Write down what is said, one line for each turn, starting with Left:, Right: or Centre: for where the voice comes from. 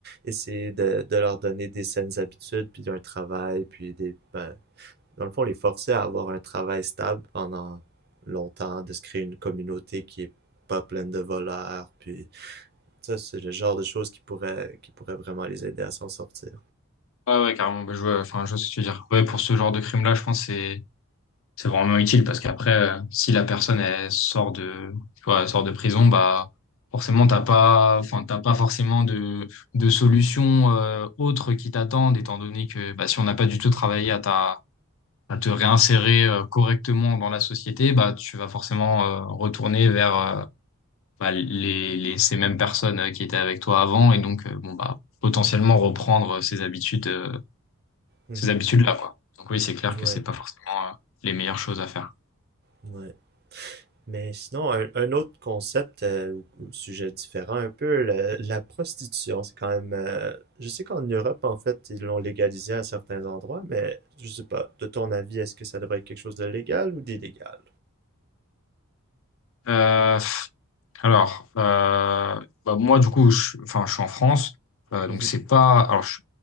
Right: essayer de, de leur donner des saines habitudes, puis un travail, puis des ben, dans le fond les forcer à avoir un travail stable pendant longtemps, de se créer une communauté qui est pas pleine de voleurs, puis ça, c'est le genre de choses qui pourrait, qui pourrait vraiment les aider à s'en sortir.
Left: ah ouais, carrément. Bah, je vois, enfin, je vois ce que tu veux dire. Ouais, pour ce genre de crime-là, je pense que c'est c'est vraiment utile parce qu'après, euh, si la personne elle sort de, tu vois, elle sort de prison, bah forcément t'as pas, enfin t'as pas forcément de de solution euh, autre qui t'attendent, étant donné que bah, si on n'a pas du tout travaillé à ta à te réinsérer euh, correctement dans la société, bah tu vas forcément euh, retourner vers euh, bah, les, les, ces mêmes personnes euh, qui étaient avec toi avant et donc euh, bon bah potentiellement reprendre ces habitudes euh,
Right: Mhm.
Left: ces habitudes là quoi. Donc oui, c'est clair
Right: Ouais,
Left: que c'est pas forcément euh, les meilleures choses à faire.
Right: ouais. Mais sinon, un, un autre concept euh, ou sujet différent, un peu le- la prostitution, c'est quand même. euh, je sais qu'en Europe, en fait, ils l'ont légalisé à certains endroits, mais je sais pas. De ton avis, est-ce que ça devrait être quelque chose de légal ou d'illégal?
Left: Euh, pff, alors euh, bah, moi du coup je, enfin je suis en France euh,
Right: Mhm.
Left: donc c'est pas alors je,